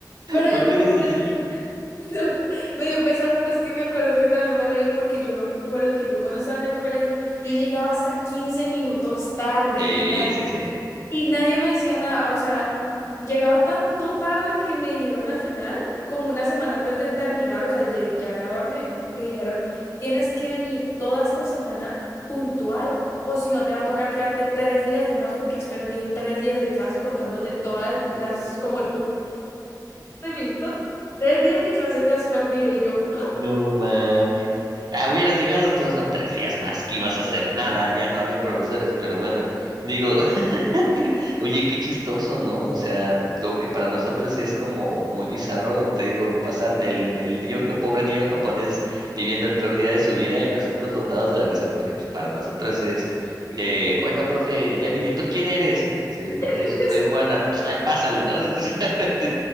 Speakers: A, on the left; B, on the right.
A: pero
B: ¿Por
A: yo
B: qué eres
A: me,
B: así?
A: <laughs> me dio pesar, pero es que me acuerdo que también me reí porque yo me acuerdo que yo cuando estaba en el colegio, yo llegaba hasta 15 minutos tarde
B: Sí,
A: y nadie
B: sí, sí.
A: Y nadie me decía nada, o sea, m- llegaba tanto tarde que me dijeron al final, como una semana antes de terminar, o sea, ya, ya graduarme, me dijeron, tienes que venir toda esta semana puntual o si no te va a tocar quedarte tres días de más porque has perdido tres días de clase contándote todas las, como quince minutos, tres días de clase te has perdido y yo,
B: No mames. Ah, hubieras llegado, tú, son tres días más que ibas a hacer nada, ya no había profesores, pero bueno, digo, <laughs> oye, qué chistoso, ¿no? O sea, lo que para nosotros es como muy bizarro, te digo, pasan el, el niño, ja- pobre niño japonés viviendo el peor día de su vida y nosotros botados de la risa porque pues para nosotros es, eh, oiga, profe, ya vine, ¿tú quién eres? Este, no,
A: <laughs>
B: pues soy Juana, <tsk> "Ah, pásale, ¿no? <laughs> De-